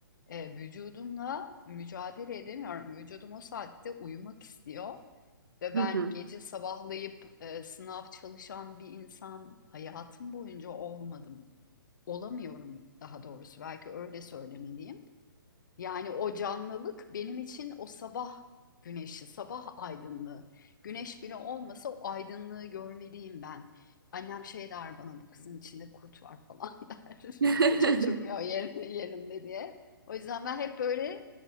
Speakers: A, on the left; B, on the right.
A: e, vücudumla mücadele edemiyorum. Vücudum o saatte uyumak istiyor ve ben
B: Hı hı.
A: gece sabahlayıp e, sınav çalışan bir insan hayatım boyunca olmadım. Olamıyorum daha doğrusu belki öyle söylemeliyim. Yani o canlılık benim için o sabah güneşi, sabah aydınlığı. Güneş bile olmasa o aydınlığı görmeliyim ben. Annem şey der bana bu kızın içinde kurt var falan <laughs> der.
B: <laughs>
A: Hiç oturmuyor yerinde, yerinde diye. O yüzden ben hep böyle